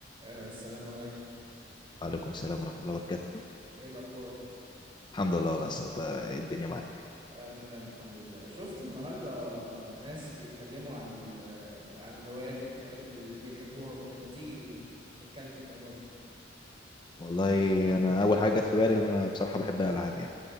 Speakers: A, on the right; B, on the left.
A: آه، السلام عليكم
B: وعليكم السلام ورحمة الله وبركاته
A: ايه الاخبار
B: الحمد لله والله أصل أنت إيه الدنيا معاك
A: آه تمام الحمد لله شفت النهارده ناس بيتكلموا عن ال آه، عن الهوايات والحاجات اللي بيحبوها وكده ما تيجي نتكلم في الموضوع ده
B: والله أنا أول حاجة جت في بالي إن أنا بصراحة بحب الألعاب يعني